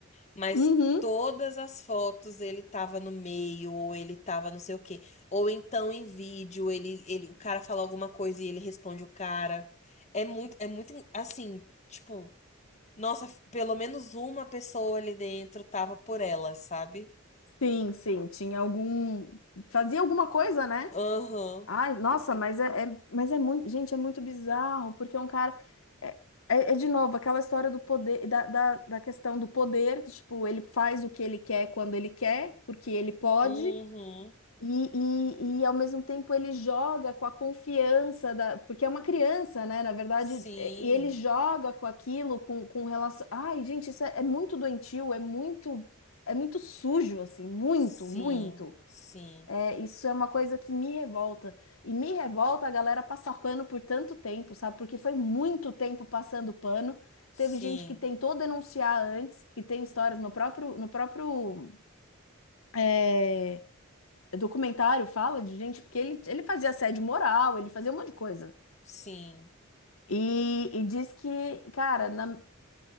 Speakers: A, on the left; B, on the left.
A: Mas
B: Uhum.
A: todas as fotos ele tava no meio, ou ele tava não sei o quê. Ou então em vídeo, ele, ele, o cara fala alguma coisa e ele responde o cara. É muito, é muito assim, tipo, nossa, pelo menos uma pessoa ali dentro tava por ela, sabe?
B: Sim, sim, tinha algum. Fazia alguma coisa, né?
A: Aham,
B: Ai, nossa, mas é, é- mas é muito, gente, é muito bizarro, porque é um cara. É, é, é, de novo aquela história do poder, da, da, da questão do poder, que tipo, ele faz o que ele quer quando ele quer, porque ele pode,
A: uhum,
B: e, e, e ao mesmo tempo ele joga com a confiança da. Porque é uma criança, né? Na verdade,
A: sim.
B: é, e ele joga com aquilo, com, com relação. Ai, gente, isso é, é muito doentio, é muito, é muito sujo, assim, muito,
A: Sim,
B: muito.
A: sim,
B: É, isso é uma coisa que me revolta. E me revolta a galera passar pano por tanto tempo, sabe? Porque foi muito tempo passando pano.
A: sim,
B: Teve gente que tentou denunciar antes, que tem histórias no próprio, no próprio é, documentário, fala de gente, porque ele, ele fazia assédio moral, ele fazia um monte de coisa.
A: sim,
B: E, e diz que, cara, na,